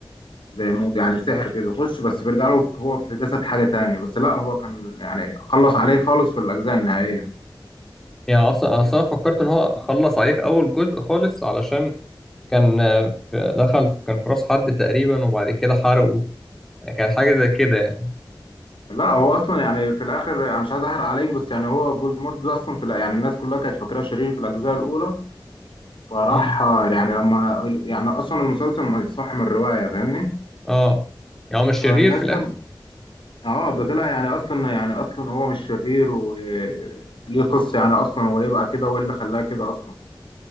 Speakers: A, on the left; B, in the centre.
A: زي مو يعني سحر كده بيخش بس بيرجع له في- هو في جسد حاجه تانية بس لا هو كان يعني خلص عليه خالص في الاجزاء النهائيه
B: يعني اصلا اصلا فكرت ان هو خلص عليه في اول جزء خالص علشان كان آه، في- دخل في- كان في راس حد تقريبا وبعد كده حرقه كانت حاجه زي كده يعني
A: لا هو اصلا يعني في الاخر انا مش عايز احرق عليك بس يعني هو فولدمورت ده اصلا في الأ- يعني الناس كلها كانت فاكراه شرير في الاجزاء الاولى فراح
B: امم
A: يعني لما يعني اصلا المسلسل مصح من الروايه فاهمني
B: اه يعني هو مش شرير
A: فالناس
B: في
A: لما اه ده طلع يعني اصلا يعني اصلا هو مش شرير وليه قصه يعني اصلا هو ليه بقى كده وايه اللي خلاه كده اصلا